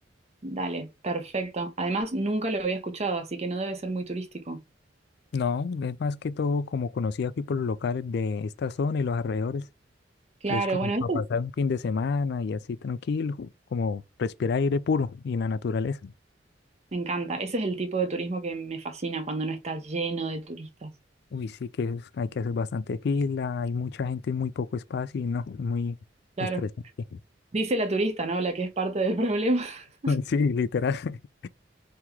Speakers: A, on the right (about 35°); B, on the left (about 60°).
A: Dale, perfecto. Además, nunca lo había escuchado, así que no debe ser muy turístico.
B: No, es más que todo como conocido aquí por los locales de esta zona y los alrededores.
A: Claro,
B: que es como
A: bueno,
B: para
A: ese
B: pasar
A: es-
B: un fin de semana y así tranquilo, como respirar aire puro y la naturaleza.
A: me encanta. Ese es el tipo de turismo que me fascina cuando no está lleno de turistas.
B: Uy, sí que es- hay que hacer bastante fila, hay mucha gente, muy poco espacio y no, es muy
A: Claro.
B: estresante. <laughs>
A: Dice la turista, ¿no? La que es parte del problema. <laughs>
B: Sí, literal. <laughs>